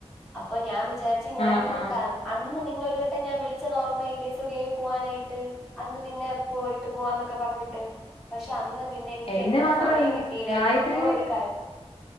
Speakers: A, in the centre; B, on the left (about 60°).
A: അപ്പൊ ഞാൻ വിചാരിച്ച് ഞാൻ
B: ആ
A: ഇങ്ങനൊന്ന്
B: ആ
A: കൺ അന്ന് നിന്നൊരു വട്ടം ഞാൻ വിളിച്ചത് ഓർമ്മയില്ലേ സുടിയോയി പോവാനായിട്ട് അന്ന് നിന്നെ പോയിട്ട് പോവാന്നൊക്കെ പറഞ്ഞിട്ട് പക്ഷെ അന്ന് പിന്നെ എനിക്ക്
B: എന്നെ
A: എന്തോ
B: മാത്രല്ല
A: സമയം കിട്ടിയില്ലാരുന്ന്
B: ഗായത്രീനൊക്കെ
A: എന്തോ ഒരു കാ